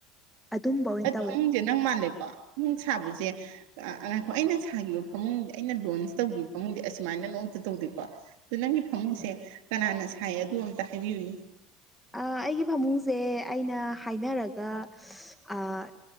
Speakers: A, in the centre; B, on the right (about 75°).
A: ꯑꯗꯨꯝꯕ ꯑꯣꯏꯅ
B: ꯑꯣ
A: ꯇꯧꯋꯦ
B: ꯐꯪꯒꯦ <inaudible> ꯅꯪ ꯃꯥꯜꯂꯦꯀꯣ ꯅꯨꯡ ꯁꯥꯕꯖꯦ ꯉꯥꯏꯈꯣ ꯑꯩꯅ ꯁꯥꯈꯤꯕ ꯐꯃꯨꯡꯗꯤ ꯑꯩꯅ ꯂꯣꯟꯁ ꯇꯧꯒ꯭ꯔꯤ__ <unintelligible> ꯐꯃꯨꯡꯗꯤ ꯑꯁꯨꯃꯥꯏꯅ ꯅꯣꯡꯇ ꯇꯧꯗꯦꯀꯣ ꯑꯗꯣ ꯅꯪꯒꯤ ꯐꯃꯨꯡꯁꯦ
A: ꯎꯝ
B: ꯀꯅꯥꯅ ꯁꯥꯏ ꯑꯗꯨ ꯑꯝꯇ ꯍꯥꯏꯕꯤꯌꯨꯅꯦ
A: ꯑꯥ ꯑꯩꯒꯤ ꯐꯃꯨꯡꯁꯦ ꯑꯩꯅ ꯍꯥꯏꯅꯔꯒ <unintelligible> ꯑꯥ